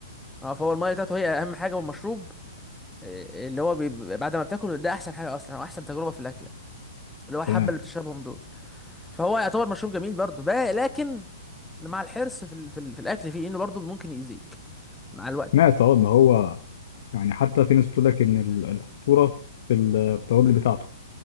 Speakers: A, in the centre; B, on the left.
A: اه فهو الميه بتاعته هي اهم حاجه والمشروب آه، اللي هو بي- بعد ما بتاكله ده احسن حاجه اصلا او احسن تجربه في الاكله اللي هو الحبه
B: تمام
A: اللي بتشربهم دول فهو يعتبر مشروب جميل برضه بقى- لكن مع الحرص في ال... في, ال... في الاكل فيه انه برضه ممكن يأذيك مع الوقت
B: سمعت
A: يعني
B: أه إن هو يعني حتى في ناس بتقول لك إن ال- الخطورة في التوابل بتاعته